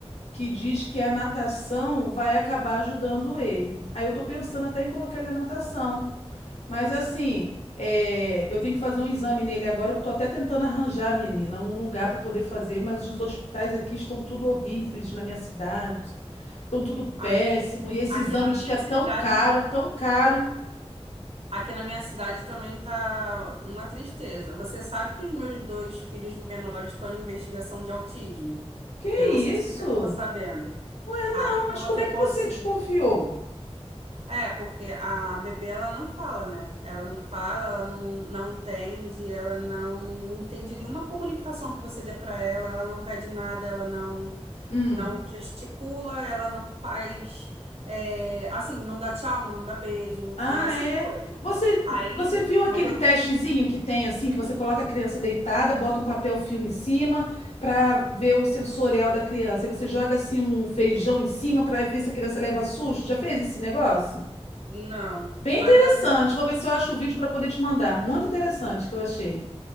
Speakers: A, on the left (about 80°); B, on the right (about 65°).
A: que diz que a natação vai acabar ajudando ele. Aí eu tô pensando até em colocar ele na natação. Mas assim, é, eu tenho que fazer um exame nele agora, que eu tô até tentando arranjar, menina, um lugar para poder fazer, mas os hospitais aqui estão tudo horríveis na minha cidade, estão tudo péssimo,
B: Aqui,
A: e esse
B: aqui
A: exame
B: na minha
A: diz que é tão
B: cidade,
A: caro, tão caro.
B: aqui na minha cidade também tá uma tristeza. Você sabe que os meus dois filhos menores estão em investigação de autismo.
A: Que
B: Eu não sei
A: isso?
B: se você ficou sabendo.
A: Ué,
B: Aqui
A: não,
B: para
A: mas
B: você
A: como é
B: conseguir.
A: que você desconfiou?
B: É, porque a bebê ela não fala, né? Ela não fala, ela não, não entende, ela não entende nenhuma comunicação que você dê para ela, ela não pede nada, ela não
A: Hum.
B: não gesticula, ela não faz, é, assim, não dá tchau, não manda beijo,
A: Ah,
B: né? Essas
A: é.
B: coisas.
A: Você,
B: Aí,
A: você viu aquele
B: mas eu,
A: testezinho que tem assim, que você coloca a criança deitada, bota um papel filme em cima para ver o sensorial da criança. E você joga assim um feijão em cima para ver se a criança leva susto. Já fez esse negócio?
B: não.
A: Bem
B: Mas
A: interessante.
B: na ver-
A: Vou ver se eu acho o vídeo para poder te mandar. Muito interessante que eu achei.